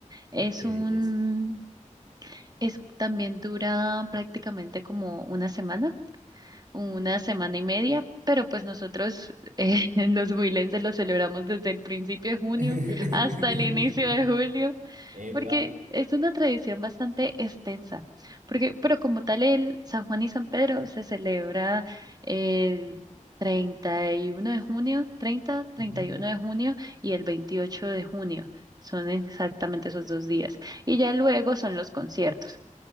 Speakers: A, on the right; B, on the right.
A: Es
B: qué
A: un,
B: belleza.
A: es, también dura prácticamente como una semana una semana y media, pero pues nosotros eh, <laughs> en los Huilenses lo celebramos desde el principio de junio
B: <laughs>
A: hasta el inicio de julio,
B: Epa.
A: porque es una tradición bastante extensa, porque, pero como tal el San Juan y San Pedro se celebra el 31 de junio, 30, 31
B: Ujú.
A: de junio y el 28 de junio. Son exactamente esos dos días. Y ya luego son los conciertos.